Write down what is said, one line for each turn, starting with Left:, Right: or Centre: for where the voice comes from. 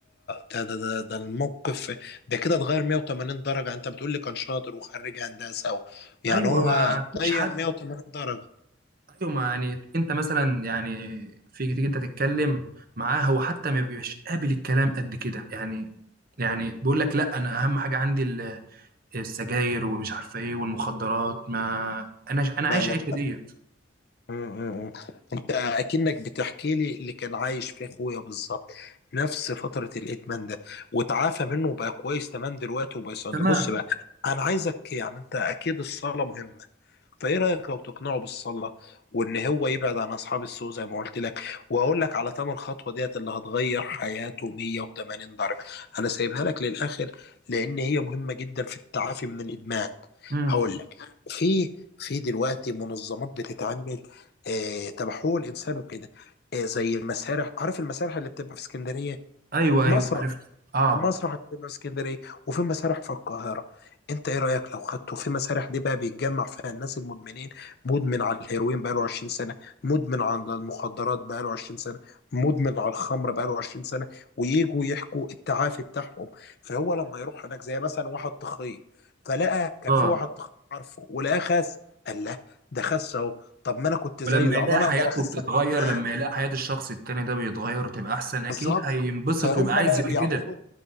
Left: ده ده ده ده الموقف ده كده اتغير 180 درجه انت بتقول لي كان شاطر وخريج هندسه و- يعني
Right: ايوه
Left: هو
Right: ما فيش
Left: غير
Right: حد
Left: 180 درجه
Right: ايوه ما يعني تيجي انت مثلا يعني في تيجي انت تتكلم معاه هو حتى ما بيبقاش قابل الكلام قد كده يعني يعني بيقول لك لا انا اهم حاجة عندي السجاير ومش عارفه ايه والمخدرات ما انا ش... انا عايش
Left: لا لا
Right: عيشه ديت
Left: م- م- م. انت اكنك بتحكي لي اللي كان عايش فيه اخويا بالظبط نفس فترة الادمان ده وتعافى منه وبقى كويس تمام دلوقتي وبيصلي
Right: تمام
Left: بص بقى انا عايزك يعني انت اكيد الصلاة مهمة فايه رايك لو تقنعه بالصلاة وان هو يبعد عن اصحاب السوء زي ما قلت لك واقول لك على ثمن خطوة ديت اللي هتغير حياته 180 درجة انا سايبها لك للاخر لان هي مهمة جدا في التعافي من الادمان
Right: امم
Left: هقول لك في في دلوقتي منظمات بتتعمل آه، تبع حقوق الانسان وكده آه، زي المسارح عارف المسارح اللي بتبقى في اسكندريه
Right: ايوه
Left: مصر
Right: ايوه عرفت اه
Left: المسرح هتبقى اسكندريه وفي مسارح في القاهره انت ايه رايك لو خدته في مسارح دي بقى بيتجمع فيها الناس المدمنين مدمن على الهيروين بقاله 20 سنه مدمن على المخدرات بقاله 20 سنه مدمن على الخمر بقاله 20 سنه ويجوا يحكوا التعافي بتاعهم فهو لما يروح هناك زي مثلا واحد تخين فلقى كان
Right: اه
Left: في واحد تخين عارفه ولقاه خس قال له ده خس اهو طب ما انا كنت زيه
Right: ولما
Left: يعني
Right: يلاقي
Left: انا
Right: حياته
Left: اقدر اخس
Right: بتتغير
Left: انا كمان
Right: لما يلاقي حياة الشخص التاني ده بيتغير وتبقى احسن اكيد
Left: بالظبط
Right: هينبسط
Left: فهم
Right: ويبقى عايز
Left: بقى
Right: يبقى
Left: بيعملوا
Right: كده